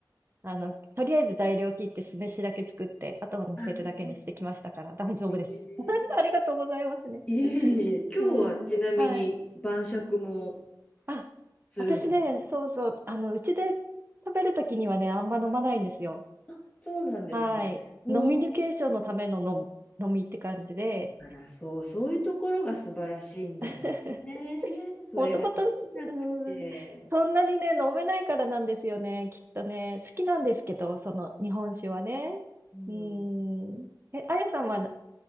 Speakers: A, on the right; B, on the left.
A: あの、とりあえず材料切って酢飯だけ作って、あとは乗せるだけにしてきましたから、
B: あ、そう
A: 大丈夫です。
B: えー
A: <laughs> ありがとうございますね。
B: いえいえいえ、今日はちなみに晩酌も
A: うん。はい。あ、
B: するんです
A: 私ね、そうそう、あの、うちで食べるときにはね、あんま飲まないんですよ。
B: か。あ、そうなんですね。
A: はい。
B: うん。
A: 飲みニケーションのための飲み飲みって感じで、
B: あら、そう、そういうところが素晴らしいんだよね。
A: <laughs>
B: それができなくて。
A: もともと、うーん、そんなにね、飲めないからなんですよね、きっとね。好きなんですけど、その日本酒はね。
B: うん。
A: うーん。え、あやさんはな、